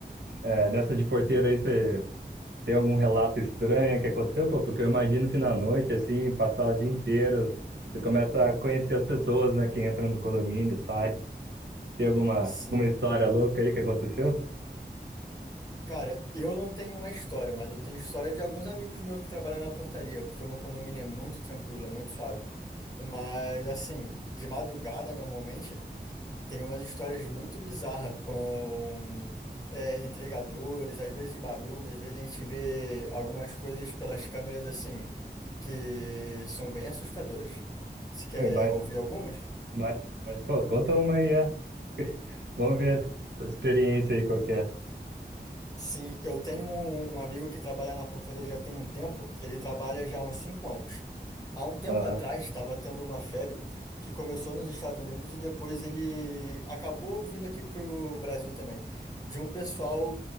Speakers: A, on the right; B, on the left.
A: é, nessa de porteiro aí, você tem algum relato estranho que aconteceu? Pô, porque eu imagino que na noite, assim, passar o dia inteiro, você começa a conhecer as pessoas, né? Que entram no condomínio, sai. Tem alguma,
B: Sim.
A: alguma história louca aí que aconteceu?
B: Cara, eu não tenho uma história, mas eu tenho história de alguns amigos meus que trabalham na portaria, porque o meu condomínio é muito tranquilo, é muito suave. Mas assim, de madrugada normalmente Tem umas histórias muito bizarras com é, entregadores, às vezes barulho, às vezes a gente vê algumas coisas pelas câmeras assim, que são bem assustadoras. Você quer
A: Foi mais,
B: ouvir algumas?
A: mais, mais, pô, conta uma aí, é. Vamos ver a experiência aí qual que é.
B: Sim, eu tenho um, um amigo que trabalha na portaria já tem um tempo, ele trabalha já há uns cinco anos. Há um tempo
A: Aham.
B: atrás estava tendo uma febre que começou nos Estados Unidos e depois ele acabou vindo aqui para o Brasil também. De um pessoal